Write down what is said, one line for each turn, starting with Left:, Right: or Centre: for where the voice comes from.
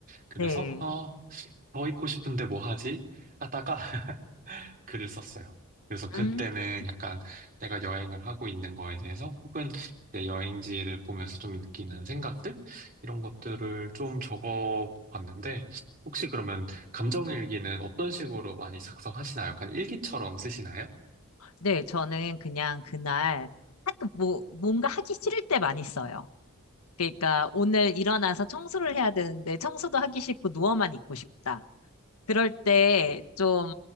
Right: 그래서,
Left: 네.
Right: 어, 더 읽고 싶은데 뭐 하지? 하다가 글을 썼어요. 그래서 그때는
Left: 음.
Right: 약간 내가 여행을 하고 있는 거에 대해서 혹은 내 여행지를 보면서 좀 느끼는 생각들? 이런 것들을 좀 적어 봤는데 혹시 그러면 감정일기는 어떤 식으로 많이 작성하시나요? 약간 일기처럼 쓰시나요?
Left: 네, 저는 그냥 그날 학교 뭐 뭔가 하기 싫을 때 많이 써요. 그러니까 오늘 일어나서 청소를 해야 되는데 청소도 하기 싫고 누워만 있고 싶다. 그럴 때 좀